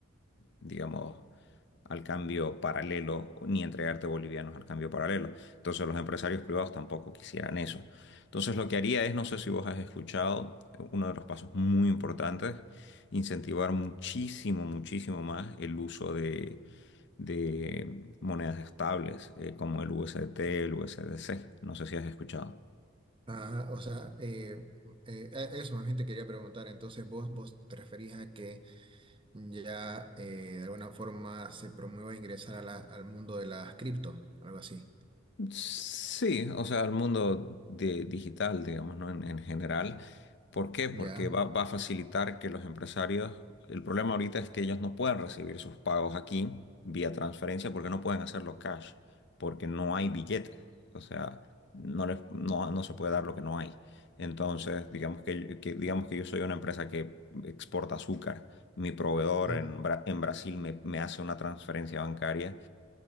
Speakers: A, on the left; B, on the right.
A: digamos, al cambio paralelo, ni entregarte bolivianos al cambio paralelo. Entonces los empresarios privados tampoco quisieran eso. Entonces lo que haría es, no sé si vos has escuchado, uno de los pasos muy importantes, incentivar muchísimo, muchísimo más el uso de, de monedas estables, eh, como el USDT, el USDC. No sé si has escuchado.
B: Ajá, o sea, eh, eh, a- eso más bien te quería preguntar. Entonces, vos, vos te referís a que ya eh, de alguna forma se promueva ingresar a la- al mundo de las cripto, algo así.
A: Sí, o sea, al mundo de- digital, digamos, ¿no? En, en general. ¿Por qué? Porque
B: Ya.
A: va, va a facilitar que los empresarios, el problema ahorita es que ellos no pueden recibir sus pagos aquí vía transferencia porque no pueden hacerlo cash, porque no hay billetes. O sea, no les, no, no se puede dar lo que no hay. Entonces, digamos que, que- digamos que yo soy una empresa que exporta azúcar. Mi proveedor
B: Ujú,
A: en, Bra- en Brasil me, me hace una transferencia bancaria